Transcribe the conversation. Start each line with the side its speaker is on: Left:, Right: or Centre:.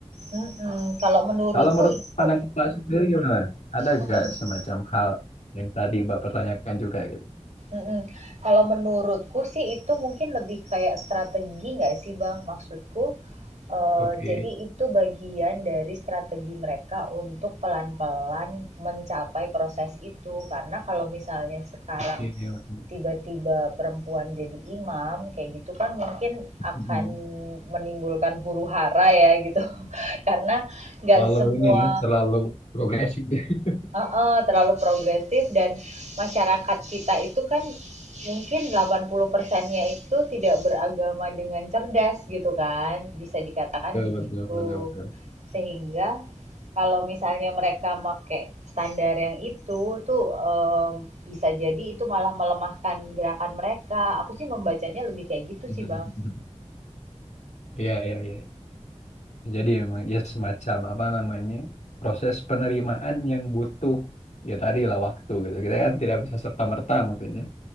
Right: mhm, kalau menurutku
Left: Kalau menurut
Right: itu
Left: pandangan Mbak sendiri gimana? Ada
Right: mhm
Left: nggak semacam hal yang tadi Mbak pertanyakan juga gitu?
Right: mhm, kalau menurutku sih itu mungkin lebih kayak strategi nggak sih, Bang? Maksudku, eee,
Left: Oke,
Right: jadi itu bagian dari strategi mereka untuk pelan-pelan mencapai proses itu. Karena kalau misalnya sekarang
Left: oke, oke.
Right: tiba-tiba perempuan jadi imam kayak gitu kan mungkin akan
Left: Mm-mm.
Right: menimbulkan huru hara ya gitu <laughs> karena nggak
Left: Terlalu
Right: semua
Left: ini ya, terlalu progresif. <laughs>
Right: Heeh, terlalu progresif dan masyarakat kita itu kan mungkin delapan puluh persennya itu tidak beragama dengan cerdas gitu kan, bisa dikatakan
Left: Betul,
Right: begitu.
Left: betul, betul, betul.
Right: Sehingga kalau misalnya mereka make standar yang itu tuh em, bisa jadi itu malah melemahkan gerakan mereka. Aku sih membacanya lebih kayak gitu
Left: <laughs>
Right: sih, Bang.
Left: Iya, iya, iya. Jadi emang ya semacam apa namanya proses penerimaan yang butuh ya tadi lah waktu gitu. Kita kan tidak bisa serta-merta mungkin ya